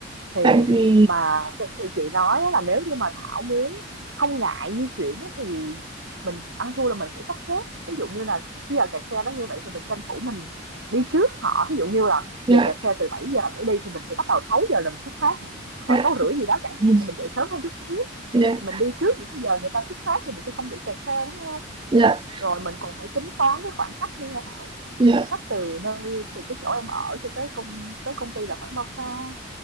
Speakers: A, on the right; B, on the right.
A: thì
B: tại vì
A: mà thì chị nói á là nếu như mà Thảo muốn không ngại di chuyển á thì mình ăn thua là mình phải sắp xếp ví dụ như là cái giờ kẹt xe đó như vậy thì mình tranh thủ mình đi trước họ ví dụ như là
B: dạ
A: giờ kẹt xe từ 7 giờ trở đi thì mình sẽ bắt đầu 6 giờ là mình xuất phát rồi. hoặc
B: dạ
A: là sáu rưỡi gì đó chẳng hạn
B: Ừ.
A: mình dậy sớm hơn chút xíu
B: dạ
A: mình đi trước những cái giờ người ta xuất phát thì mình sẽ không bị kẹt xe đúng không
B: dạ
A: rồi mình còn phải tính toán cái khoảng cách nữa nha Thảo
B: dạ
A: khoảng cách từ nơi từ cái chỗ em ở cho tới công tới công ty là khoảng bao xa